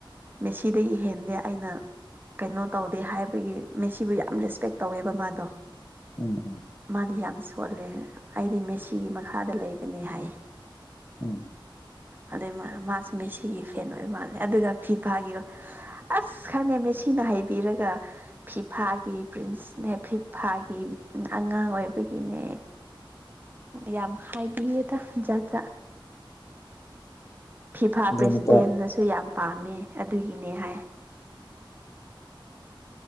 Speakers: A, on the right; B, on the left.
A: ꯃꯦꯁꯤꯗꯒꯤ ꯍꯦꯟꯗꯦ ꯑꯩꯅ ꯀꯩꯅꯣ ꯇꯧꯗꯦ ꯍꯥꯏꯕ ꯑꯩꯈꯣꯏꯒꯤ ꯃꯦꯁꯤꯕꯨ ꯌꯥꯝ ꯔꯦꯁꯄꯦꯛ ꯇꯧꯋꯦꯕ ꯃꯥꯗꯣ
B: ꯎꯝ ꯎꯝ
A: ꯃꯥꯗꯤ ꯌꯥꯝ ꯁꯣꯜꯂꯦ ꯑꯩꯗꯤ ꯃꯦꯁꯤꯒꯤ ꯃꯈꯥꯗ ꯂꯩꯕꯅꯦ ꯍꯥꯏ
B: ꯎꯝ
A: ꯑꯗꯨꯏ ꯃꯥꯁꯨ ꯃꯦꯁꯤꯒꯤ ꯐꯦꯟ ꯑꯣꯏ ꯃꯥꯜꯂꯦ ꯑꯗꯨꯒ ꯐꯤꯐꯥꯒꯤ ꯑꯁ ꯈꯪꯉꯦ ꯃꯦꯁꯤꯅ ꯍꯥꯏꯩꯕꯤꯔꯒ ꯐꯤꯐꯥꯒꯤ ꯄ꯭ꯔꯤꯟꯁꯅꯦ ꯐꯤꯐꯥꯒꯤ ꯑꯉꯥꯡ ꯑꯣꯏꯕꯒꯤꯅꯦ ꯌꯥꯝ ꯍꯥꯏꯕꯤꯌꯦꯗꯖꯠ ꯐꯤꯐꯥ
B: ꯑꯗꯣ
A: ꯄ꯭ꯔꯦꯁꯤꯗꯦꯟꯅꯁꯨ
B: ꯅꯨꯄꯥ
A: ꯁꯨ ꯌꯥꯝ ꯄꯥꯝꯃꯦ ꯑꯗꯨꯒꯤꯅꯦ ꯍꯥꯏ